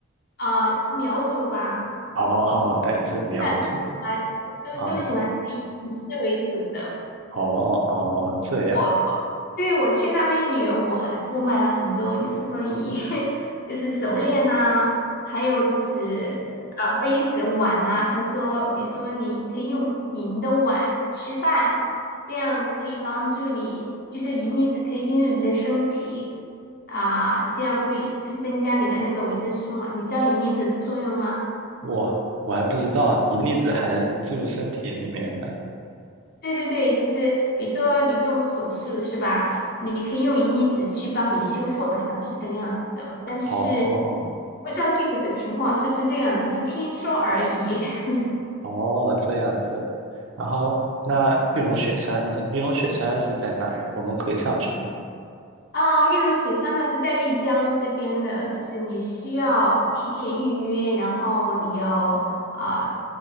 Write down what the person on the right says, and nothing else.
哦，<laughs> 戴银饰苗族
啊，哦哦哦，这样
哇，我还不知道银离子还能进入身体里面的。
哦哦
哦，这样子。然后那玉龙雪山呢？玉龙雪山是在哪呀？我们可以上去吗？